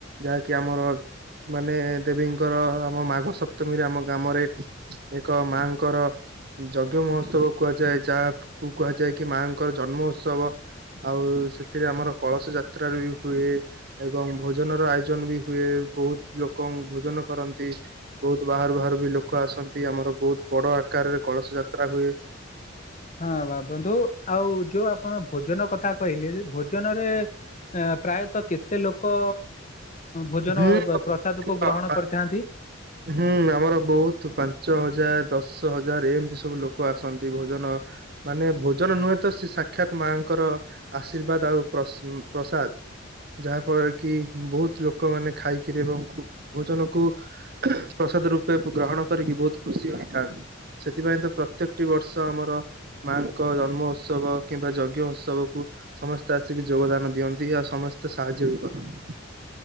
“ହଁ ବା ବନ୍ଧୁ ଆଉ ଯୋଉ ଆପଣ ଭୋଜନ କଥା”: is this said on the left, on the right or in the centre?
Left